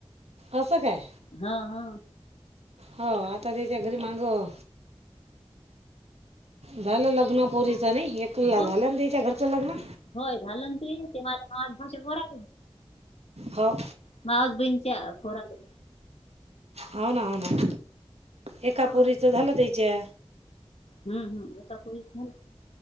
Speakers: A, on the right; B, on the left.
A: असा काय
B: हा हा.
A: हो आता त्याच्या घरी मांगव. झालं लग्न पोरीच नाही हे, एकला
B: हो
A: झालं ना त्याच्या घरचं लग्न.
B: होय झालं ना ते, ते मला माझ भाषा बर
A: हो.
B: मावस बहीच्या पोराले.
A: हो ना हो ना, एका
B: हा
A: पोरीच झालं त्याच्या.
B: हम् हम. <unintelligible> झालं.